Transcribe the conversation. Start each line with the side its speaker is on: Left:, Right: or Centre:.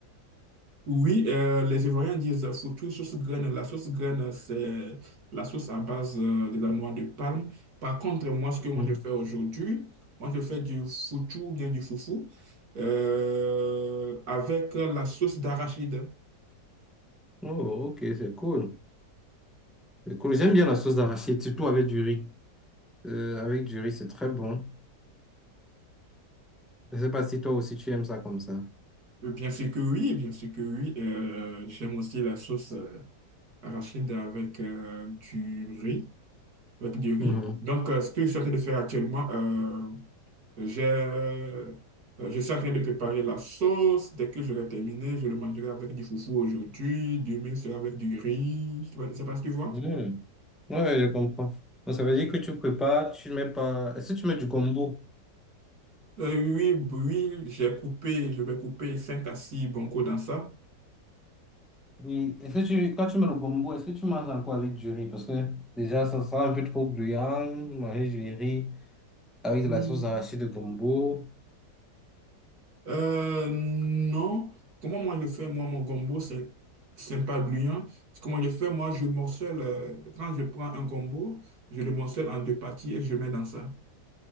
Right: Oui, euh, les Ivoiriens disent surtout sauce graine. La sauce graine, c'est la sauce à base euh, de la noix de palme. Par contre, moi, ce que moi
Centre: Mhm.
Right: je fais aujourd'hui, moi je fais du foutou, bien du foufou, euh, avec la sauce d'arachide.
Centre: Oh, ok, c'est cool. C'est cool. J'aime bien la sauce d'arachide, surtout avec du riz. Euh, avec du riz, c'est très bon. Je sais pas si toi aussi tu aimes ça comme ça.
Right: Euh, Bien sûr que oui, bien sûr que oui. Euh, j'aime aussi la sauce euh, arachide avec euh, du riz, avec du riz.
Centre: Mhm.
Right: Donc, euh, ce que je suis en train de faire actuellement, euh, J'ai, euh, je suis en train de préparer la sauce. Dès que je l'ai terminée, je le mangerai avec du foufou aujourd'hui. Demain, c'est avec du riz. C'est pas c'est pas ce que tu vois?
Centre: Mhm. Ouais, je comprends. Donc, ça veut dire que tu prépares, tu mets pas. Est-ce que tu mets du gombo?
Right: Euh, oui, oui, j'ai coupé, je vais couper 5 à six boncos dans ça.
Centre: Oui, est-ce que tu, quand tu mets le gombo, est-ce que tu manges encore avec du riz? Parce que déjà, ça sera un peu trop gluant, manger du riz avec de
Right: Mm.
Centre: la sauce d'arachide de gombo.
Right: Euh, non. Comment moi je fais, moi, mon gombo, c'est c'est pas gluant. Comment je fais, moi, je morcelle, euh, quand je prends un gombo, je le morcelle en deux parties et je mets dans ça.